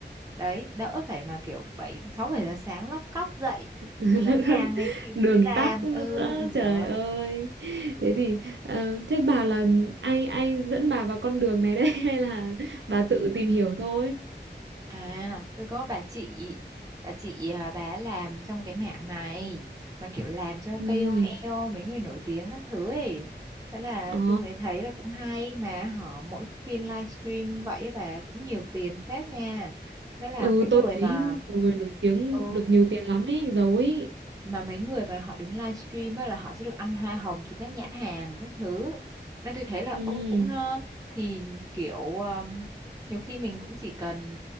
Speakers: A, on the right; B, on the right.
A: đấy đỡ phải mà kiểu bảy sáu bảy giờ sáng lóc cóc dậy
B: <laughs>
A: rồi bán hàng này kì-
B: đường
A: đi làm
B: tắc nữa
A: ừ ui
B: trời
A: giời
B: ơi thế thì ờ, thế bà là ai ai dẫn bà vào con đường này đấy <laughs> hay là bà tự tìm hiểu thôi
A: À, tôi có bà chị, bà chị à, bà ấy làm trong cái mảng này mà kiểu làm cho ca
B: ừ
A: O KOL mấy người nổi tiếng các thứ ấy. Thế là
B: ờ
A: tôi mới thấy là cũng hay mà họ mỗi phiên livestream vậy á bà cũng nhiều tiền phết nha. Thế là
B: ừ
A: cái người
B: tôi thấy
A: mà
B: nhiều người nổi tiếng
A: ừ
B: được nhiều tiền lắm ấy giàu ấy
A: mà mấy người mà họ đứng livestream á là họ sẽ được ăn hoa hồng từ các nhãn hàng các thứ nên tôi thấy là
B: ừ
A: ô cũng ngon thì kiểu um, nhiều khi mình cũng chỉ cần